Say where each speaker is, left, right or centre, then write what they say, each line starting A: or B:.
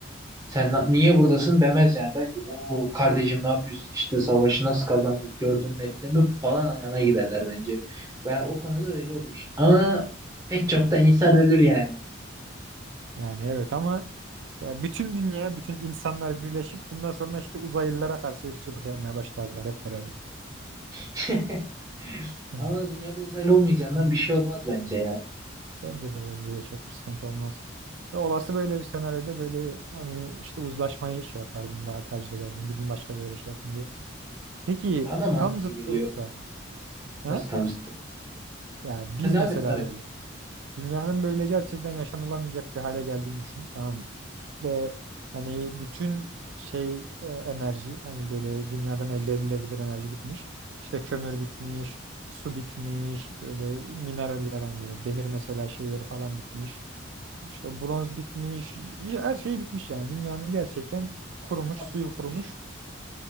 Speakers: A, on the right; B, on the right.
A: Sen na- niye buradasın demez yani. Belki o kardeşim ne yapıyorsun işte savaşı nasıl kazandık gördün mü ettin mi falan ayağına girerler bence. Ben o konuda öyle olur. Ama pek çok da insan ölür yani.
B: Yani evet ama ya bütün dünya, bütün insanlar birleşip bundan sonra işte uzaylılara karşı ırkçılık yapmaya başlarlar hep beraber.
A: <laughs>
B: Hı.
A: Ama dünyada uzaylı olmayacağından bir şey olmaz bence ya.
B: Bence de bence de çok bir sıkıntı olmaz. Ve olası böyle bir senaryoda böyle hani işte uzlaşmayı şey yapardım daha tercih ederdim. Gidin başka bir yere şey yapın diye. Peki
A: Bana da mantıklı
B: tam zıttı
A: geliyor.
B: olsa ha?
A: Nasıl tam zıttı?
B: Yani biz
A: Sen devam
B: mesela
A: et devam et.
B: böyle Dünyanın böyle gerçekten yaşanılamayacak bir hale geldiğini düşün. Tamam mı? İşte hani bütün şey e, enerji hani böyle dünyadan elde edilebilir enerji bitmiş. İşte kömür bitmiş, su bitmiş, böyle mineraller hani böyle demir mesela şeyleri falan bitmiş. İşte bronz bitmiş, ya her şey bitmiş yani. Dünyanın gerçekten kurumuş,
A: Apı
B: suyu
A: yutmuş.
B: kurumuş.